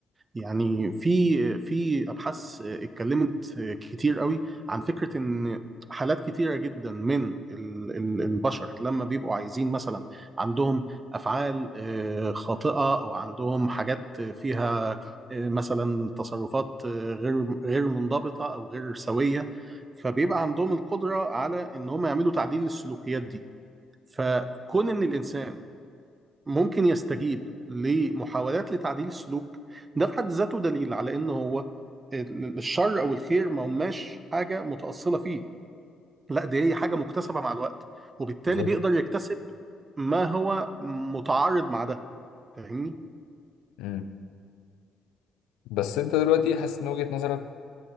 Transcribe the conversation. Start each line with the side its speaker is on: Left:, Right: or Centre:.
Right: يعني في في ابحاث اتكلمت كتير قوي عن فكره ان حالات كتيره جدا من ال- ال- البشر لما بيبقوا عايزين مثلا عندهم افعال آه، خاطئه او عندهم حاجات فيها آه، مثلا تصرفات آه، غير غير منضبطه او غير سويه فبيبقى عندهم القدره على ان هم يعملوا تعديل للسلوكيات دي فكون ان الانسان ممكن يستجيب لمحاولات لتعديل السلوك ده في حد ذاته دليل على ان هو ال- الشر او الخير ما هماش حاجه متاصله فيه لا دي هي حاجه مكتسبه مع الوقت وبالتالي
Left: بالظبط
Right: بيقدر يكتسب ما هو متعارض مع ده فاهمني
Left: امم بس انت دلوقتي حاسس ان وجهة نظرك